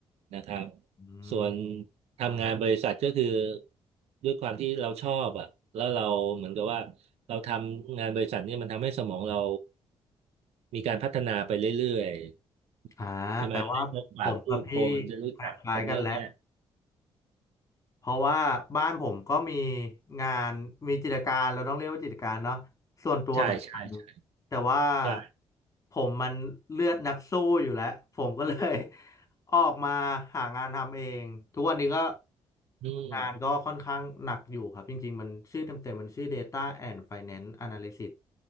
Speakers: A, on the right; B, on the left.
A: นะครับ
B: อม
A: ส่วนทำงานบริษัทก็คือด้วยความที่เราชอบอ่ะแล้วเราเหมือนกับว่าเราทำงานบริษัทเนี่ยมันทำให้สมองเรามีการพัฒนาไปเรื่อย
B: อ่าแปลว่าผมกับพี่
A: ๆใช่ไหมได้พบปะผู้คนจะรู้จักคนเยอะแยะ
B: คล้ายๆกันแล้ว เพราะว่าบ้านผมก็มีงานมีกิจการเราต้องเรียกว่ากิจการเนาะส่วนตัวเหมือนกัน
A: ใช่ใช่ใช่
B: แต่ว่า
A: ใช่
B: ผมมันเลือดนักสู้อยู่แล้วผมก็เลย <laughs> ออกมาหางานทำเองทุกวันนี้ก็
A: อืม
B: งานก็ค่อนข้างหนักอยู่ครับจริงๆมันชื่อเต็มๆมันชื่อ Data and Finance Analysis